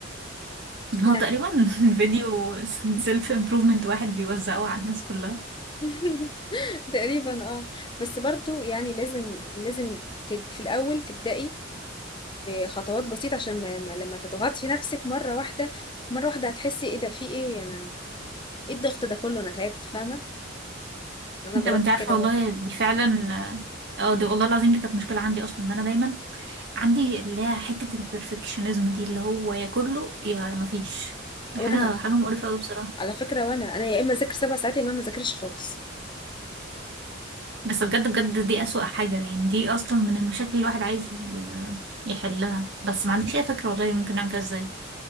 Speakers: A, on the right; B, on the left.
A: هو
B: انا
A: تقريبا <laughs> فيديو سيلف امبروفمنت واحد بيوزعه على الناس كلها
B: <laughs> تقريبا اه بس برضو يعني لازم لازم ت- في الاول تبدأي بخطوات بسيطة عشان ما ما- لما تضغطي في نفسك مرة واحدة مرة واحدة هتحسي ايه ده في ايه انا ايه الضغط ده كله انا تعبت فاهمة انا
A: انت
B: جربت
A: ما انت عارفة
B: كده
A: والله
B: برضو
A: دي فعلا اه دي والله العظيم دي كانت مشكلة عندي اصلا ان انا دايما عندي اللي هي حتة البرفكشنزم دي اللي هو يا كله يا مفيش حاجة
B: وانا
A: حاجة مقرفة أوي بصراحة
B: على فكرة وانا انا يا اما اذاكر سبع ساعات يا اما ما اذاكرش خالص
A: بس بجد بجد دي أسوأ حاجة يعني دي أصلا من المشاكل اللي الواحد عايز ي- يحلها بس ما عنديش أي فكرة والله ممكن نعمل كده ازاي